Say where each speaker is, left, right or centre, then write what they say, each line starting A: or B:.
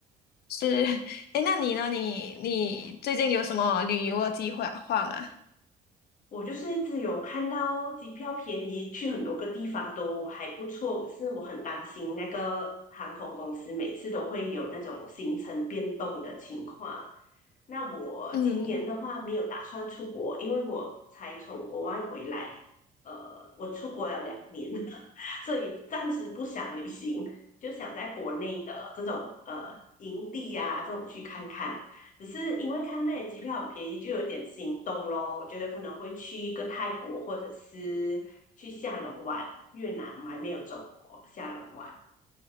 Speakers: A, on the left; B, on the left.
A: 是，<laughs> 哎，那你呢？你你最近有什么旅游的计划划吗？
B: 我就是一直有看到机票便宜，去很多个地方都还不错，可是我很担心那个航空公司每次都会有那种行程变动的情况。那我今年的话没有打算出国，
A: 嗯，
B: 因为我才从国外回来，呃，我出国了两年，<laughs> 所以暂时不想旅行，就想在国内的这种呃营地啊这种去看看。只是因为看那里机票很便宜，就有点心动咯。我觉得可能会去一个泰国，或者是去下龙湾、越南，我还没有走过下龙湾。